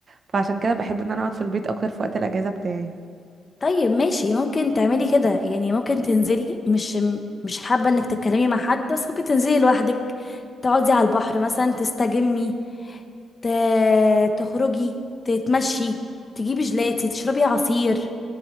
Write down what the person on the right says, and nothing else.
فعشان كده بحب ان انا اقعد في البيت اكتر في وقت الاجازة بتاعي